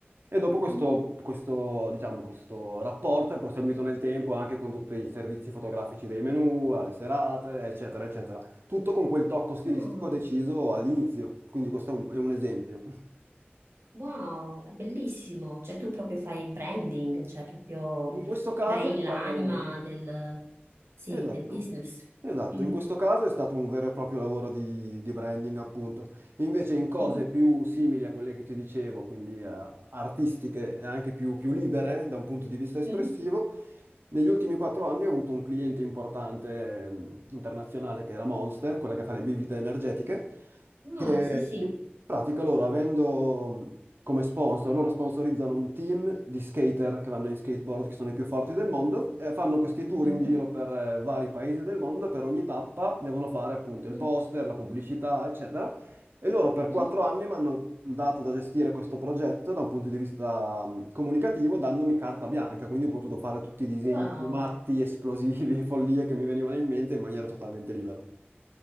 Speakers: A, on the right; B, on the right.
A: E dopo questo,
B: mhm.
A: questo, diciamo, questo rapporto è proseguito nel tempo anche con tutti i servizi fotografici dei menu, alle serate, eccetera, eccetera tutto con quel tocco stilistico
B: Mm.
A: deciso all'inizio, quindi questo è un, è un esempio.
B: Wow, è bellissimo. Cioè tu proprio fai branding, cioè proprio
A: In questo caso
B: crei
A: è
B: l'anima
A: stato...
B: del, sì,
A: Esatto,
B: del business.
A: esatto,
B: Mm.
A: in questo caso è stato un vero e proprio lavoro di, di branding, appunto. Invece in cose
B: Mhm,
A: più simili a quelle che ti dicevo, quindi eh, artistiche e anche più, più libere da un punto di vista espressivo,
B: mhm.
A: negli ultimi quattro anni ho avuto un cliente importante eh, internazionale che è la Monster, quella che fa le bibite energetiche,
B: Ah,
A: che
B: sì, sì.
A: in pratica loro avendo mh, come sponsor, loro sponsorizzano un team di skater che vanno in skateboard, che sono i più forti del mondo, e fanno questi tour
B: Mhm,
A: in giro per eh, vari paesi del mondo, e per ogni tappa devono fare appunto il
B: mhm,
A: poster, la pubblicità, eccetera. E loro per
B: mhm.
A: quattro anni mi hanno dato da gestire questo progetto da un punto di vista mh, comunicativo, dandomi carta bianca, quindi ho potuto fare tutti i disegni
B: Wow,
A: più matti, esplosivi e follie che mi venivano in mente in maniera totalmente libera.